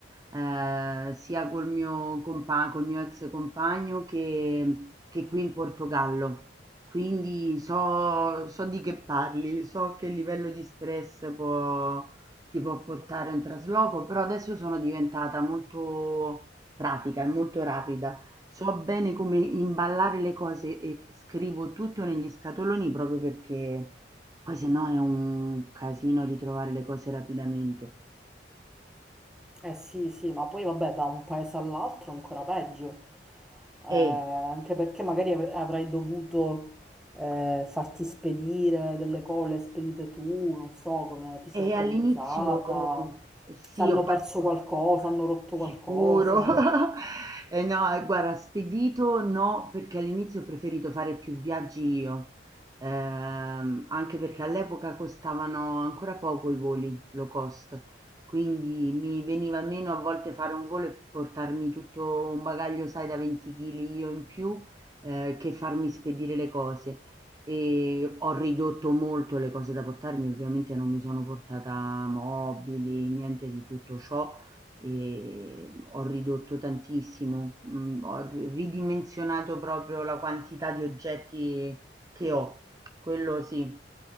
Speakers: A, on the right; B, in the centre.
A: eh, sia col mio compa- col mio ex compagno che, che qui in Portogallo. Quindi so, so di che parli, so che livello di stress può- ti può portare un trasloco, però adesso sono diventata molto pratica e molto rapida. So bene come imballare le cose e scrivo tutto negli scatoloni proprio perché poi se no è un casino ritrovare le cose rapidamente.
B: Eh sì, sì, ma poi vabbè, da un paese all'altro ancora peggio, Eh,
A: E
B: anche perché magari avre- avrai dovuto eh, farti spedire delle cose spedite tu, non so come ti sei
A: E
B: organizzata,
A: all'inizio sì,
B: se hanno
A: ho fatto
B: perso qualcosa, hanno rotto
A: sicuro.
B: qualcosa.
A: <laughs> E no, e guarda, spedito no, perché all'inizio ho preferito fare più viaggi io, ehm, anche perché all'epoca costavano ancora poco i voli low cost, quindi mi veniva meno a volte fare un volo e portarmi tutto un bagaglio, sai, da 20 kg io in più, eh, che farmi spedire le cose. E ho ridotto molto le cose da portarmi, ovviamente non mi sono portata mobili, niente di tutto ciò, e ho ridotto tantissimo, mhmm, ho ri ridimensionato proprio la quantità di oggetti che ho, quello sì.